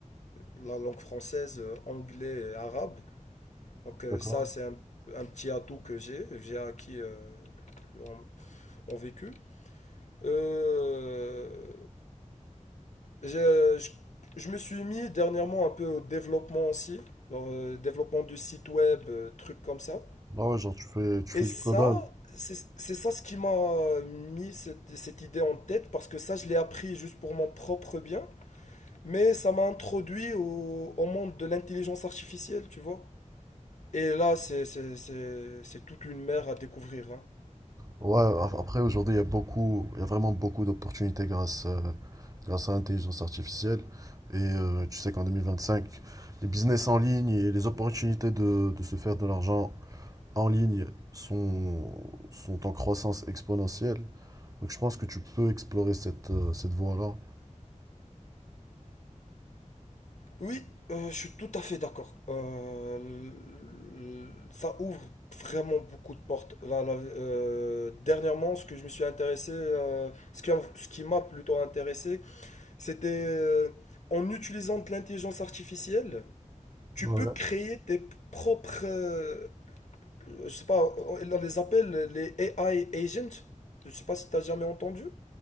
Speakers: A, on the left; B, on the right.
A: la langue française, euh, anglais et arabe. Donc, euh,
B: d'accord.
A: ça, c'est un, un petit atout que j'ai, j'ai acquis euh, en, en vécu. Euh, Je, je, je me suis mis dernièrement un peu au développement aussi, genre, euh, développement du site web, euh, trucs comme ça.
B: Ah ouais, genre tu fais tu fais
A: Et ça,
B: du codage.
A: c'est c'est ça ce qui m'a mis cette, cette idée en tête, parce que ça, je l'ai appris juste pour mon propre bien, mais ça m'a introduit au, au monde de l'intelligence artificielle, tu vois. Et là, c'est c'est- c'est- c'est toute une mer à découvrir,
B: Ouais, af-
A: hein.
B: après aujourd'hui, il y a beaucoup, il y a vraiment beaucoup d'opportunités grâce, euh, grâce à l'intelligence artificielle. Et euh, tu sais qu'en 2025, les business en ligne et les opportunités de, de se faire de l'argent en ligne sont, sont en croissance exponentielle. Donc je pense que tu peux explorer cette, euh, cette voie-là.
A: Oui, euh, je suis tout à fait d'accord. Euh, l- l- ça ouvre vraiment beaucoup de portes. Là, là, euh, dernièrement, ce que je me suis intéressé, euh, ce qui, ce qui m'a plutôt intéressé, c'était euh, en utilisant de l'intelligence artificielle, tu
B: Ouais.
A: peux créer tes propres, euh, je sais pas, on les appelle les AI agents. Je sais pas si tu as jamais entendu.